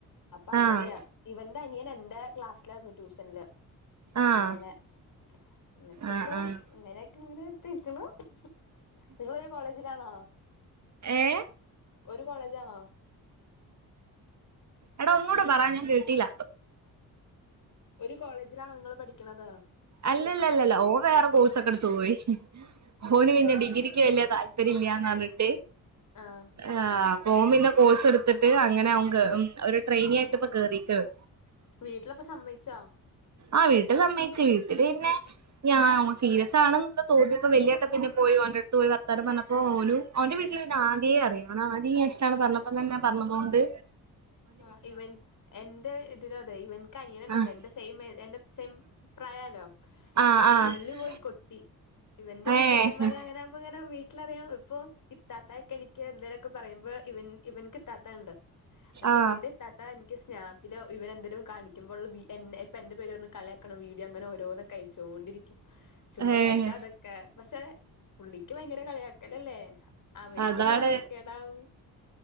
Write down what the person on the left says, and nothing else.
അപ്പ അങ്ങനെയാ
ഇവന്റെ അനിയൻ എന്റെ ക്ലാസ്സ്ലായിരുന്നു ട്യൂഷൻല്
അങ്ങനെ ഇന്നിട്ട്പ്പോ
ഇങ്ങനേര്ക്ക് ഇങ്ങനെ എത്തി നില്‍ക്ക്ണ് ഉം നിങ്ങളൊരു കോളേജിലാണോ
ഒരു കോളേജ് ആണോ
ഒര് കോളേജിലാണോ നിങ്ങള് പഠിക്ക്ണത്
ആഹ്
വീട്ട്ലപ്പാെ സമ്മൈച്ചാേ
ആ ഇവൻ എന്റെ ഇതിലും അതെ ഇവൻ ഇവൻക്ക്‌ അനിയൻ ഉണ്ടല്ലോ
എന്റെ സെയിം എന്റെ സെം പ്രായല്ലോ
അപ്പൊ
പുള്ളി പോയി കൊ ട്ടി ഇവന്റെ കട്ടുകാരന്മാര്
അങ്ങനെപ്പ ഇങ്ങനെ വീട്ടില്‍ അറിയാം ഇപ്പൊ ഇത്താത്ത ഒക്കെ എനിക്ക് എന്തേലുമൊക്കെ പറയുമ്പോ ഇവൻ ഇവൻക്ക് ഇത്താത്തയുണ്ട് എന്നിട്ട്
ഇവന്റെ ഇത്താത്ത ഇത്ത എനിക്ക് സ്നാപ്പില് ഇവൻ എന്തെലും കാണിക്കുമ്പോൾ ഉള്ള വി ഇപ്പോ എന്റെ പേര് പറഞ്ഞ് കളിയാക്കണ വീഡിയോ അങ്ങനെ ഓരോന്ന് ക്കയച്ചോണ്ടിരിക്കും ചുമ്മാ
രസ അതൊക്കെ പക്ഷെ പുള്ളിക്ക് ഭയങ്കര കളിയാക്കലല്ലേ അവനിക്കുംപ്പ
നാണക്കേടാവും